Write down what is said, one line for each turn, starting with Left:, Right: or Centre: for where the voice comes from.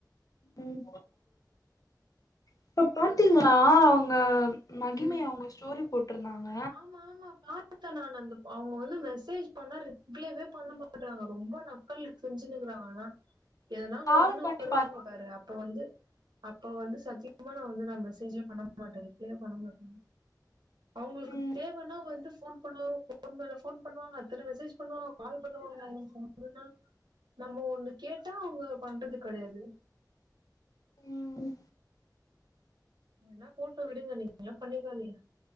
Left: ம் இப்ப பாத்தீங்ளா அவுங்க மகிமைய
Right: ம்.
Left: அவுங்க ஸ்டோரி போட்டிருந்தாங்க
Right: ஆமா ஆமா பாத்தே நானு அந்த அவுங்க வந்து மெசேஜ் பண்ணா ரிப்ளேவே பண்ணமா ட்றாங்க ரொம்ப நக்கல் செஞ்சுன்னுருக்காங்க ஆனா எதனா
Left: கால்
Right: ஒண்ணுன்னு
Left: பண்ணி
Right: வருவாங்க
Left: பாத்தீங்
Right: பாரு அப் ப வந்து அப்ப வந்து சத்தியமா நா வந்து நா மெசேஜே பண்ண மாட்டே ரிப்ளேயே பண்ண மாட்டே அவுங்களுக்கு
Left: ம்
Right: னா வந்து ஃபோன் பண்ணுவங்க ஃபோன் மேலே ஃபோன் பண்ணுவாங்க அத்தன மெசேஜ் பண்ணுவாங்க கால் பண்ணுவாங்க ஒண்ணுன்னா நம்ம ஒண்ணு கேட்டா அவுங்க பண்றது கெடையாது
Left: ம்
Right: போனா போட்டு விடுங்க நீங்கல்லா பண்ணிக்காதீங்க